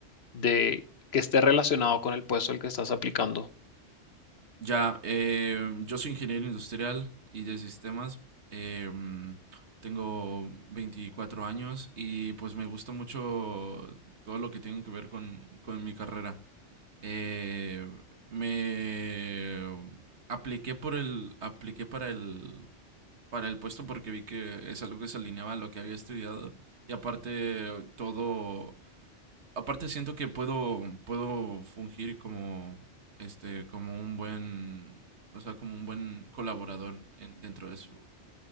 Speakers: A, on the left; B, on the right.
A: de que esté relacionado con el puesto al que estás aplicando?
B: Ya, eh, yo soy ingeniero industrial y de sistemas. eh, mm, tengo 24 años y pues me gusta mucho todo lo que tiene que ver con, con mi carrera. Eh, me apliqué por el, apliqué para el, para el puesto porque vi que es algo que se alineaba a lo que había estudiado. Y aparte, todo. Aparte, siento que puedo, puedo fungir como, este, como un buen, o sea, como un buen colaborador en- dentro de su,